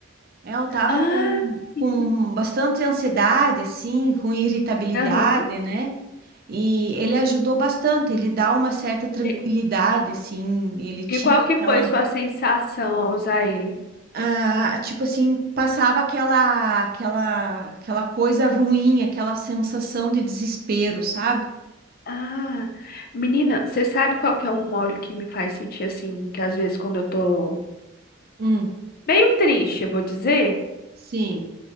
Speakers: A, on the right; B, on the left.
A: É, Eu tava
B: Ah,
A: com,
B: sim.
A: com bastante ansiedade, assim, com irritabilidade,
B: Aham.
A: né? E ele ajudou bastante, ele dá uma certa tranquilidade,
B: E,
A: assim, ele tira
B: e qual que
A: aquela,
B: foi
A: ansi-
B: sua sensação ao usar ele?
A: ah, tipo assim, passava aquela, aquela, aquela coisa ruim, aquela sensação de desespero, sabe?
B: Ah, menina, você sabe qual que é um óleo que me faz sentir assim, que às vezes quando eu tô
A: Hum.
B: meio triste, eu vou dizer,
A: Sim.